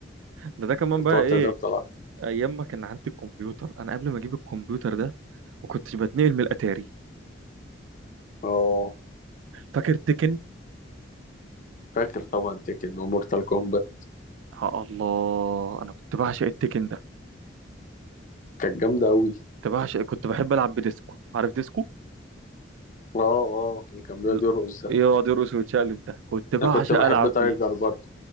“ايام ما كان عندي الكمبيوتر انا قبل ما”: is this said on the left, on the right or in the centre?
Right